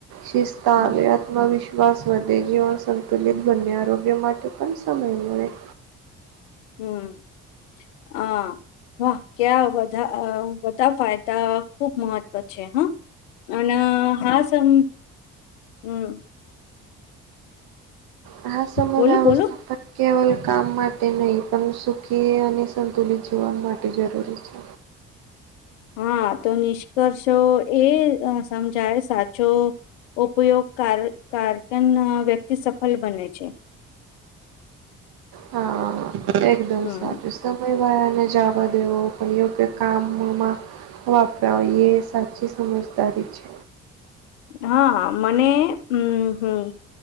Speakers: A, on the right (about 70°); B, on the left (about 85°).
A: શિસ્તા
B: હમ
A: આવ્યા આત્મવિશ્વાસ વધે, જીવન સંતુલિત બંને, આરોગ્ય માટે પણ સમય મળે.
B: હમ્મ, હા. વાહ! ક્યા બધા અહ બધા ફાયદા ખુબ મહત્વ છે હા. અને આ હા સં હમ્મ.
A: હા સમય
B: બોલો
A: વ્યવસ્થાપન
B: બોલો
A: કેવલ કામ માટે નહીં પણ સુખી અને સંતુલિત જીવન માટે જરૂરી છે.
B: હા. તો નિષ્કર્ષો એ સમજાય સાચો ઉપયોગકાર કારકન વ્યક્તિ સફલ બને છે.
A: હા. એકદમ
B: હમ
A: સાચું. સમય વાયાને જાવા દેવો <unintelligible> કામમાં. વાપરાવાય એ સાચી સમજદારી છે.
B: હા મને હમ હમ,